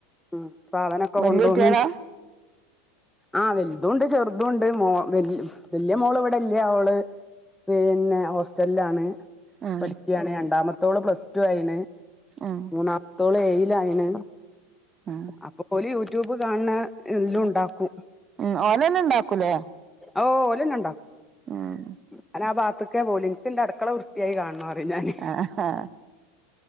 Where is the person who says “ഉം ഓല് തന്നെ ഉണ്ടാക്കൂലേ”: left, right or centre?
Right